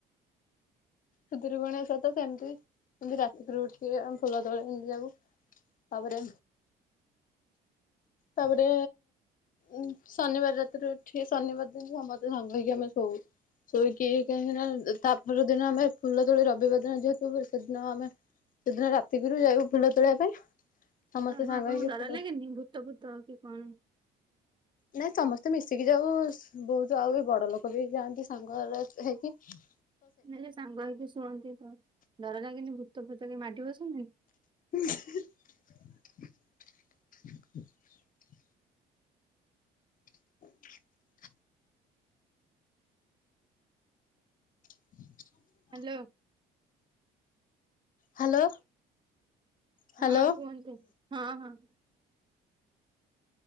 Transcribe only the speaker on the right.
ହଁ, ହଁ
ଆପଣଙ୍କୁ
ଡ଼ର
ଲାଗେନି ଭୂତ ଭୂତ କି କଣ?
ନା ଯେ ସାଙ୍ଗ ହେଇକି ଶୁଅନ୍ତି ତ ଡ଼ର ଲାଗନି ଭୂତ ଫୁତ କି ମାଡ଼ି ବସନ୍ତିନି
ହ୍ୟାଲୋ।
ହଁ, କୁହନ୍ତୁ ହଁ, ହଁ